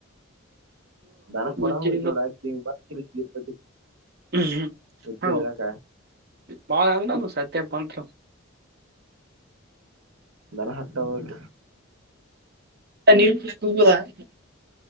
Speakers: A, on the right (about 80°); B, on the right (about 45°).
A: ದರಕ್ ಕೊಡಂಗ್
B: ಉಜ್ಜಿ
A: ಬಿಡತತ್ ನೋಡ ಸ್ಲಿಪ್ ಐತಿ
B: <inaudible>
A: ಹುಚ್ಚ ಇರಾಕ
B: ಬಾಳ ಸತ್ಯ <unintelligible> ಬಂಂತ
A: ನರ <unintelligible> ಹತ್ತ ಹಕ
B: ನೀುದಾ <unintelligible>